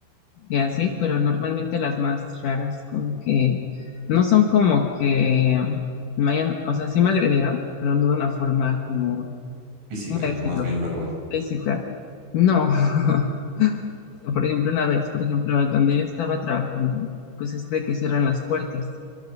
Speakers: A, on the left; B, on the right.
A: que así, pero normalmente las más raras como que no son como que me hayan, o sea, sí me agredieron, pero no de una forma como,
B: Física,
A: ¿cómo decirlo?
B: más bien verbal.
A: Física. No, <laughs> o sea, por ejemplo, una vez, por ejemplo, donde yo estaba trabajando, pues es de que cierran las puertas.